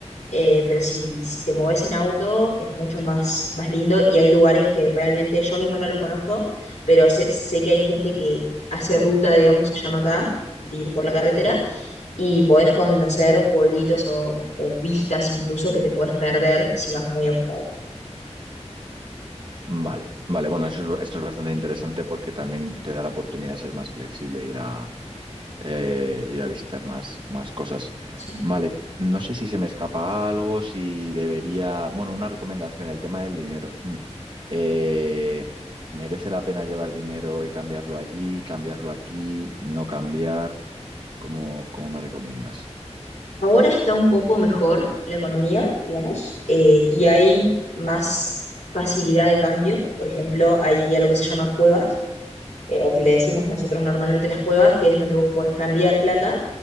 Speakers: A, on the left; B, on the right.
A: eh, pero si, si te mueves en auto es mucho más, más lindo y hay lugares que realmente yo misma no los conozco, pero sé, sé que hay gente que hace ruta, digamos, se llama acá, de ir por la carretera y podés conocer pueblitos o, o vistas incluso que te puedes perder si vas muy apurado,
B: Vale, vale, bueno, eso es, esto es bastante interesante porque también te da la oportunidad de ser más flexible, e ir a, eh, ir a visitar más, más cosas.
A: ¿sí?
B: Vale, no sé si se me escapa algo, si debería, bueno, una recomendación, el tema del dinero. Mm. Eh, ¿merece la pena llevar dinero y cambiarlo allí, cambiarlo aquí, no cambiar? ¿Cómo, cómo me recomiendas?
A: Ahora está un poco mejor la economía, digamos, eh, y hay más facilidad de cambio. Por ejemplo, hay algo que se llama cuevas, eh, o que le decimos nosotros normalmente las cuevas, que es donde vos podés cambiar plata,